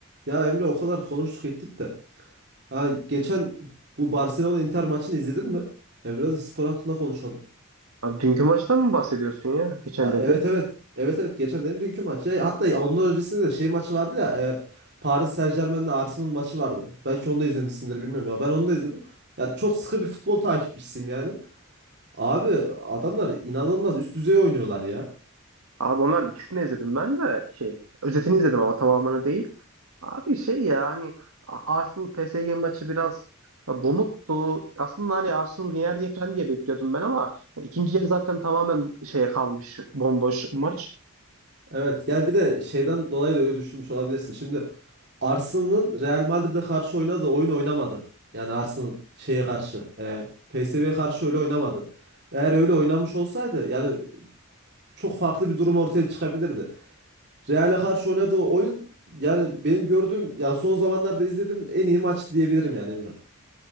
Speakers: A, on the right; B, on the right.
A: Ya Emre o kadar konuştuk ettik de. Ha, geçen bu Barcelona Inter maçını izledin mi? Ya biraz da spor hakkında konuşalım.
B: Abi dünkü maçtan mı bahsediyorsun ya? Geçen
A: Ha,
B: dediğin.
A: evet evet. Evet evet geçen dedim dünkü maç. Ya, hatta ondan öncesinde de şey maçı vardı ya. e, Paris Saint-Germain'le Arsenal maçı vardı. Belki onu da izlemişsindir bilmiyorum ya. Ben onu da izledim. Ya çok sıkı bir futbol takipçisiyim yani. Abi adamlar inanılmaz üst düzey oynuyorlar ya.
B: Abi onlar ikisini izledim ben de şey özetini izledim ama tamamını değil. Abi şey ya hani A- Arsenal PSG maçı biraz donuktu. Aslında hani Arsenal yener diye falan diye bekliyordum ben ama yani ikinci yarı zaten tamamen şeye kalmış bomboş maç.
A: Evet yani bir de şeyden dolayı da öyle düşünmüş olabilirsin. Şimdi Arsenal'ın Real Madrid'e karşı oynadığı oyun oynamadı. Yani Arsenal şeye karşı, e, PSV'ye karşı öyle oynamadı. Eğer öyle oynamış olsaydı yani çok farklı bir durum ortaya çıkabilirdi. Real'e karşı oynadığı oyun yani benim gördüğüm yani son zamanlarda izlediğim en iyi maç diyebilirim yani Emre.